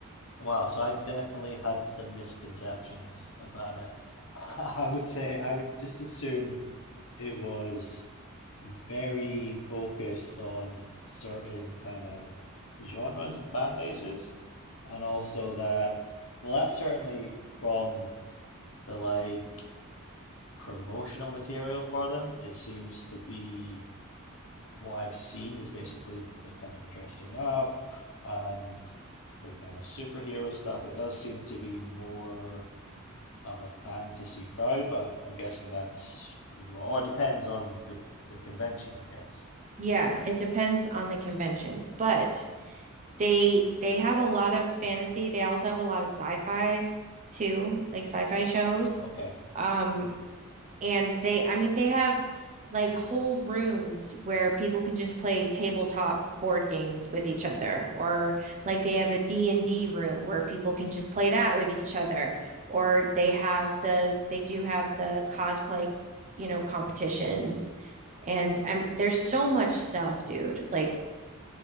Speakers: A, on the left; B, on the right.
A: Wow, so I definitely had some misconceptions about it. <laughs> I would say I would just assume it was very focused on certain kind of genres and fan bases, and also that, well, that's certainly from the like promotional material for them. It seems to be what I've seen is basically the kind of dressing up and the kind of superhero stuff. It does seem to be more of a fantasy crowd, but I'm guessing that's raw, or depends on the, the convention, I guess.
B: Yeah, it depends on the convention, but they they have a lot of fantasy. They also have a lot of sci-fi too, like sci-fi shows.
A: Okay.
B: Um And they, I mean, they have like whole rooms where people can just play tabletop board games with each other, or like they have a D and d room where people can just play that with each other, or they have the, they do have the cosplay, you know, competitions. And I mean, there's so much stuff, dude. Like